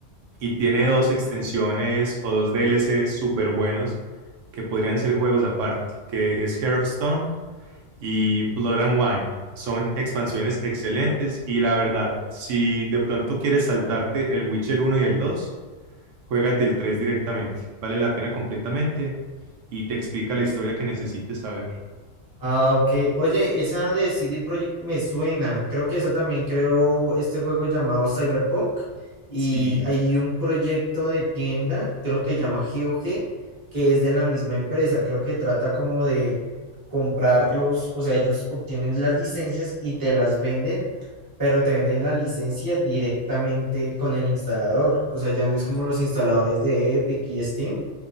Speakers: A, on the right; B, on the right.
A: y tiene dos extensiones o dos DLC súper buenos que podrían ser juegos aparte, que es Hearthstone y Blood and Wine. Son expansiones excelentes y la verdad, si de pronto quieres saltarte el Witcher uno y el 2, juégate el tres directamente. Vale la pena completamente y te explica la historia que necesites saber.
B: Ah, ok. Oye, esa de CD Projekt me suena. Creo que esa también creó este juego llamado Cyberpunk. Y
A: Sí,
B: hay un proyecto de tienda, creo que llama GOG, que es de la misma empresa. Creo que trata como de comprarlos, o sea, ellos obtienen las licencias y te las venden, pero te venden la licencia directamente con el instalador. O sea, ya no es como los instaladores de Epic y Steam